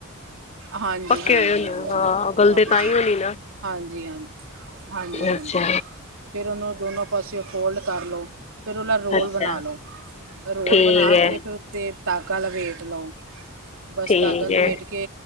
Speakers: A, on the right; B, on the left.
A: ਹਾਂਜੀ
B: ਪੱਕੇ
A: ਹਾਂਜੀ
B: ਹੋਏ ਹੋਣੇ
A: ਹਾਂਜੀ
B: ਆ ਹਾਂ
A: ਉਹ
B: ਗਲਦੇ
A: ਪਦੇ
B: ਤਾਂ ਹੀ ਹੋਣੀ ਨਾ।
A: ਹਾਂਜੀ ਹਾਂਜੀ। ਹਾਂਜੀ ਹਾਂਜੀ
B: ਅੱਛਾ
A: ਫਿਰ ਉਹਨੂੰ ਦੋਨੋ ਪਾਸੇਓ ਫੋਲਡ ਕਰ ਲਉ। ਫਿਰ ਉਹਲਾ ਰੋਲ
B: ਅੱਛਾ
A: ਬਣਾ ਲਉ ਰੋਲ
B: ਠੀਕ
A: ਬਣਾ
B: ਹੈ
A: ਕੇ ਫਿਰ ਉੱਤੇ ਟਾਗਾ ਲਵੇ ਲਓ ਬਸ
B: ਠੀਕ
A: ਤਾਂਗਲ
B: ਹੈ
A: ਵੇਠ ਕੇ